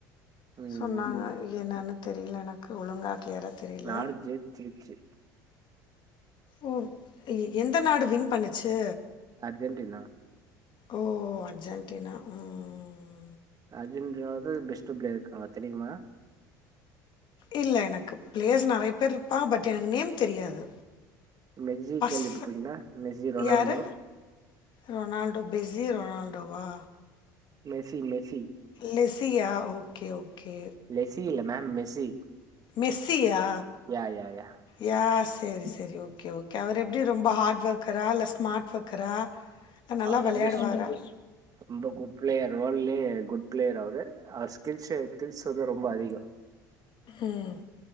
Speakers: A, on the right; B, on the left.
A: ம்
B: சொன்னாங்க என்னனு தெரில எனக்கு ஒழுங்கா கிளியரா தெரியல
A: நாடு ஜெய்ச்சிருச்சு
B: ஓ எ எந்த நாடு வின் பண்ணுச்சு
A: அர்ஜென்டினா
B: ஓ அர்ஜென்ட்டினா ம் ம் ம்
A: அர்ஜென்டினாவுக்கு பெஸ்ட் பிளே இருக்காங்க தெரிமா
B: இல்ல எனக்கு பிளேஸ் நறைய பேர் இருப்பா பட் எனக்கு நேம் தெரியாது
A: மெஸ்ஸி
B: பஸ்ஸ
A: கேள்விப்பட்டிருக்கீங்களா மெஸ்ஸி ரொனால்டோ
B: யாரு ரொனால்டோ பிஸி ரொனால்டோவா
A: மெஸி மெஸி
B: லெசியா ஓகே ஓகே
A: லெஸ்ஸி இல்ல மேம் மெஸ்ஸி
B: மெஸ்சியா
A: யா யா யா
B: யா சேரி சேரி ஓகே ஓகே அவர் எப்டி ரொம்ப ஹார்ட் ஒர்க்கரா இல்ல ஸ்மார்ட் ஒர்க்கரா இல்லை நல்லா
A: அவரு
B: வெளையாடுவாரா
A: வந்து சூ ரொம்ப குட் பிளேயர் வேல்டுலயே குட் பிளேயர் அவரு அவர் ஸ்கில்சே ஸ்கில்ஸ் வந்து ரொம்ப அதிகோ
B: ம்